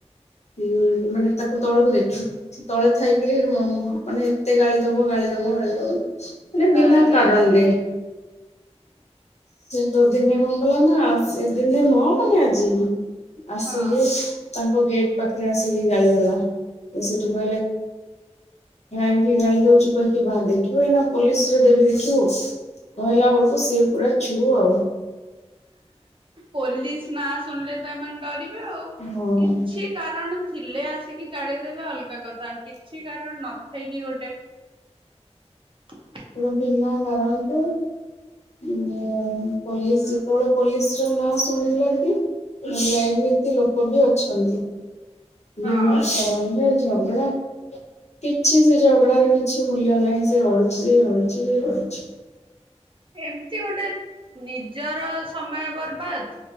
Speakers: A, on the left; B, on the right.
A: ହୁଁ ମାନେ ତଳକୁ ଦେଖି ତଳେ ଥାଇକିରି ମାନେ ଏତେ ଗାଳି ଦବ ଗାଳି ଦବ ଗାଳି ଦବ ମାନେ ବିନା
B: ଆରେ
A: କାରଣରେ।
B: ଆରେ
A: ତୋ ଦିନେ କଣ କଲା ନା ଆସି ଦିନେ ନୁହ ମାନେ ଆଜି ଆସିକି
B: ହଁ।
A: ତା ଗେଟ୍ ପାଖରେ ଆସିକି ଗାଳି ଦେଲା ସେଠୁ କହିଲେ। କାଇକି ଗାଳି ଦଉଚୁ କହିକି ବା ଦେଖିବୁନା ପୋଲିସ ରେ ଦେବି ଦେଖିବୁ କହିଲା ବେଳକୁ ସିଏ ପୁରା ଛୁ ଆଉ।
B: ପୋଲିସ ନା ଶୁଣିଲେ ତ ଏମାନେ ଡରିବେ ଆଉ
A: ହଁ।
B: କିଛି କାରଣ ଥିଲେ ଆସିକି ଗାଳି ଦେଲେ ଅଲଗା କଥା ତା କିଛି କାରଣ ନଥାଇକି ଗୋଟେ <inaudible> <inaudible>
A: ଗଟ ବିନା କାରଣରେ ପୋଲିସ ଯେତେବେଳେ ପୋଲିସ ର ନାଁ ଶୁଣିଲା କି ଏମିତି ଲୋକ ବି ଅଛନ୍ତି। ବିନ୍ମା
B: ହଁ
A: ତାରର ଝଗଡ଼ା କିଛି ସେ ଝଗଡାରେ କିଛି ମୂଲ୍ୟ ନାହିଁ ସେ ରଢୁଛି ଯ ରଢୁଛି ଯେ ରହିଛି
B: ଏମିତି ଗୋଟେ ନିଜର ସମୟ ବର୍ବାଦ